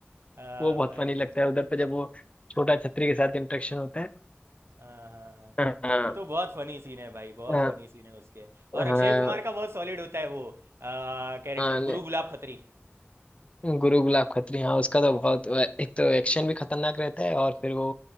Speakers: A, on the right (about 80°); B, on the left (about 30°).
A: हाँ
B: वो बहुत
A: भाई
B: फनी लगता है उधर पे जब वो छोटा छतरी के साथ इंटरेक्शन होता है
A: हाँ हाँ हाँ
B: हाँ,
A: वो तो बहुत फनी सीन है भाई बहुत
B: हाँ,
A: फनी सीन है उसके और
B: हाँ,
A: अक्षय कुमार का बहुत सॉलिड होता है वो कैरेक्टर
B: हाँ, नहीं,
A: गुरु गुलाब खत्री
B: गुरु गुलाब खत्री हाँ उसका तो बहुत एक तो एक्शन भी खतरनाक रहता है और फिर वो